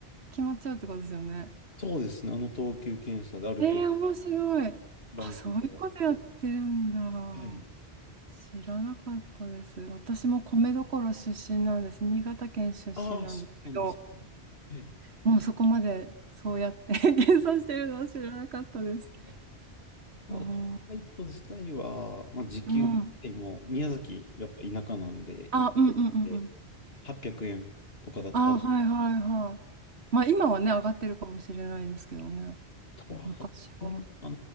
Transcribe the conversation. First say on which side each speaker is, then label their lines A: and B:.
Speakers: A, on the right; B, on the left.
A: 決まっちゃうってことですよね
B: そうですね。あの等級検査である程度
A: えー、面白い。
B: ランクが。
A: あ、そういうことやってるんだ。
B: はい。
A: 知らなかったです。私も米どころ出身なんです。新潟県出身なんですけど、
B: ああ、そうなんですね。はい。
A: もうそこまでそうやって <laughs> 計算してるのは知らなかったです。
B: あ、このバイト自体は、
A: あー、
B: まあ、時給でも、
A: うん。
B: 宮崎、やっぱ田舎なんで、
A: あ、うんうんうんうん。
B: え800円とかだったんで、
A: あ、はいはいはい。まあ今はね、上がってるかもしれないですけどね。
B: 多分上がってるのか
A: 昔は。